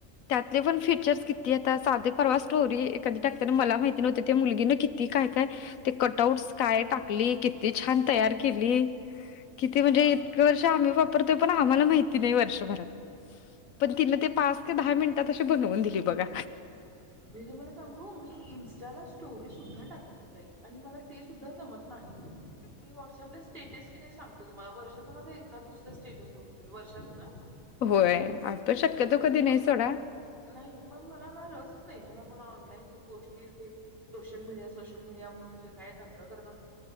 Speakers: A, on the left; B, on the right.
A: त्यातले पण फीचर्स किती आता साधे परवा स्टोरी एखादी टाकतना मला माहिती नव्हत त्या मुलगीने किती काय काय ते कट आउटस काय टाकली किती छान तयार केली. किती म्हणजे
B: बापरे.
A: इतक वर्ष आम्ही वापरतोय. पण आम्हाला माहिति नाही वर्षभरात पण तिनं ते पा दहा मिनिटात अशी बनवून दिली बघा.
B: मी तुम्हाला सांगू मी इन्स्टाला स्टोरी सुद्धा टाकत नाही. आणि मला ते सुद्धा जमत नाही. मी व्हॉट्सअपला स्टेटस कि नाही सांगते त मा वर्षात मध्ये का दुसरा स्टेटस होत असेल वर्षातून हा.
A: होय, आपण शक्यतो
B: नाही
A: कधी
B: तर मला
A: सोडा.
B: नाही मग मला ना रसच नाही मला. मला ऑनलाईन गोष्टी सोशल मीडिया सोशल मीडिया म्हणून जे काय दंगा करत अस.